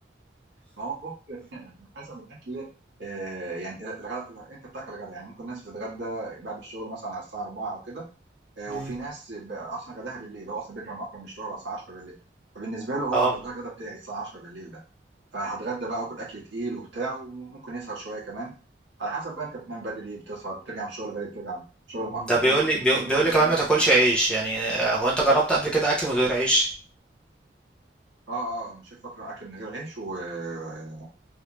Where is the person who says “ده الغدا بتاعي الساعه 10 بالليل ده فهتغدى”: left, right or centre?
Right